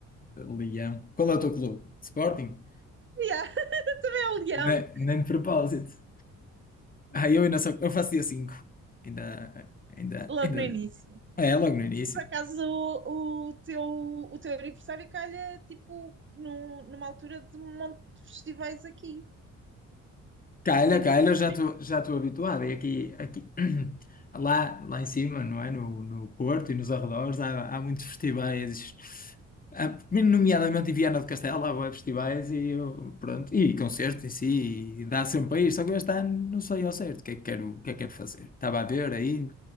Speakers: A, on the left; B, on the right.
A: Leão. Qual é o teu clube? Sporting?
B: Ya, <laughs> é o Leão,
A: Nem, nem de propósito. Ah, eu ainda só, eu faço dia 5. Ainda, ainda,
B: logo
A: ainda.
B: no início.
A: É, logo no início.
B: Por acaso o, o teu, o teu aniversário calha tipo num- numa altura de um monte de festivais aqui.
A: Calha,
B: cinco
A: calha,
B: de julho.
A: eu já estou já estou habituado. E aqui, aqui <clears throat> lá, lá em cima, não é? No, no Porto e nos arredores, há, há muitos festivais. Há, nomeadamente em Viana do Castelo, há bué festivais e eu, pronto, e concertos em si, e dá sempre para ir. Só que este ano não sei ao certo o que é que quero, o que é que quero fazer. Estava a ver aí.